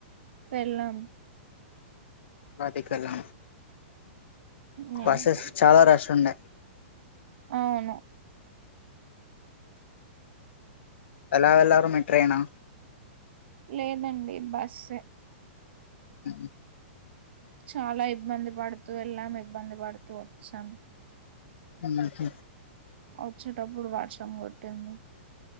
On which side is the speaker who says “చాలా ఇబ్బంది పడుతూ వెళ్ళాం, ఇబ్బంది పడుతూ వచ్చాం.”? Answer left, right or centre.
Right